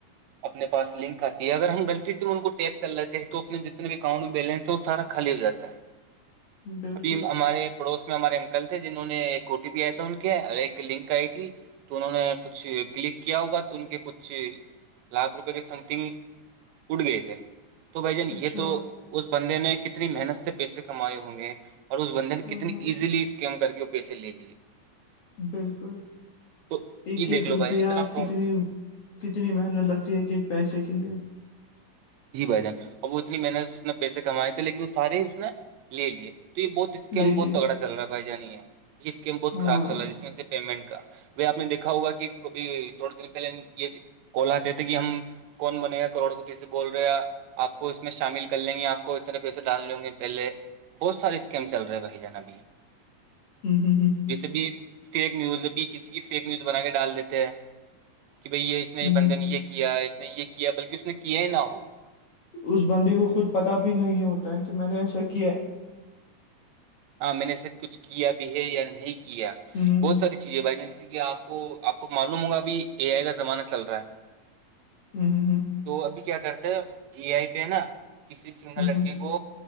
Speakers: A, on the right (about 70°); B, on the left (about 55°).
A: اپنے پا لنک آتی ہے اگر ہم غلط سے ان کو ٹیپ کر لیتے ہیں تو اپنے جتنے بھی اکانٹ میں بیلنس ہے وہ سارا خالی ہو جاتا ہے
B: بالکل
A: ابھی ہمارے پڑوس میں ہمارے کل تھے جنہوں ایک او ٹی پی آیا تھا ان کے اور ایک لنک آئی تھی تو انہوں نے کچھ کلک کیا ہوگا تو ان کے کچھ لاکھ روپئے کے سم تھنگ گے تھ تو بھائی جان
B: اچھا
A: یہ تو اس بندے نے کتنی محنت سے پیسے کمائے ہوں گے اور اس بندن
B: ہاں
A: کتنے
B: ہاں
A: ایزیلی اسکیم کر کے وہ پیسے لے لیے
B: بالکل
A: تو
B: ایک
A: یہ
B: ایک
A: دیکھ لو
B: روپیہ
A: بھائی اتنا فراڈ
B: کتنی کتنی محنت لگتی ہے ایک پیسے کے لیے
A: جی بھائی جان اب وہ اتنی محنت اس نے پیسے کمائے تھے لیکن وہ سارے ہی اس نے لے لیے تو یہ بہت اسکیم
B: لے لیے
A: بہت تگڑا چل رہا ہےھائی جانی یہ اسکیم بہت
B: ہاں
A: خراب چل رہا ہے جس میں سے پیمنٹ کا آپ نے دیکھا ہوگا کہ کبھی تھوڑے دن پہلے یہ کوال آتے تھے کہ ہم کون بنے ہیں کروڑپتی سے بول رہے آپ کو اس میں شامل کر لیں گے آپ کو اتنے پیسے ڈالنے ہوں گے پہلے بہت سارے اسکیم چل رہے بھائی جان اب یہ
B: ہوں ہوں ہوں
A: جیسے بھی فیک نیوز بھی کسی کی فیک نیوز بنا کے ڈال دیتے ہیں کہ بھائی یہ اس نے
B: ہوں
A: بندھن
B: ہوں
A: یہ کیا اس نے یہ کیا بلکہ اس نے کیا ہی نہ ہو
B: اس بندی کو خود پتہ بھی نہیں ہوتا ہے کہ میں نے ایسا کیا ہے
A: ہاں میں نے سے کچھ کیا بھی ہے یا نہیں کیا
B: ہوں
A: بہت ساری چی بھائی ج جیے کہ آپ کو آپ کو معلوم ہوگا اھی اے آئی کا زمانہ چل رہا ہے
B: ہوں ہ
A: تو ابھی کیا کرتے ہیں اے آئی پہ ہے نا کسی سنگل
B: ہوں
A: لڑکے
B: ہوں
A: کو